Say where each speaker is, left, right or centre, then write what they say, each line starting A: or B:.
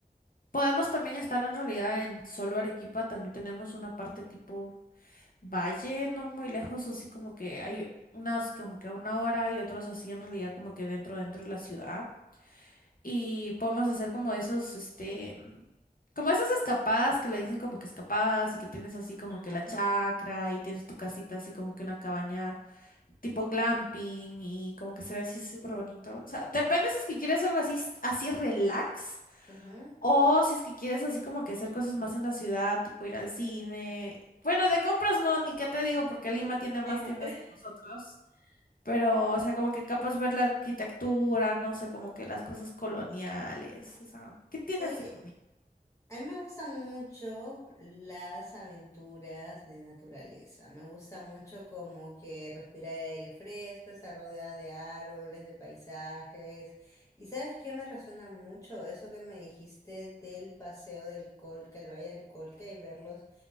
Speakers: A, on the left; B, on the left.
A: podemos también estar en realidad en solo Arequipa, también tenemos una parte tipo valle, no muy lejos, así como que hay unas como que a una hora y otros así en realidad como que dentro, dentro de la ciudad. y podemos hacer como esos, este, mm, como esas escapadas que le dicen como que escapadas y que tienes así como
B: ajá.
A: que la chacra y tienes tu casita así como que una cabaña tipo glamping y como
B: ajá,
A: que se ve así súper bonito. O sea, depende si es que quieres algo así, así relax
B: ujú.
A: o si es que quieres así como que hacer cosas más en la ciudad, tipo ir al cine. Bueno, de compras no, ni qué te digo, porque Lima tiene más
B: <laughs>
A: tiendas que nosotros. Pero, o sea, como que capaz ver la arquitectura, no sé, como que las cosas coloniales, o sea, ¿qué tienes
B: Oye,
A: en mente?
B: a mí me gustan mucho las aventuras de naturaleza. Me gusta mucho como que respirar el aire fresco, estar rodeada de árboles, de paisajes. ¿Y sabes qué me resuena mucho? Eso que me dijiste del paseo del Colca, el Valle del Colca y ver los,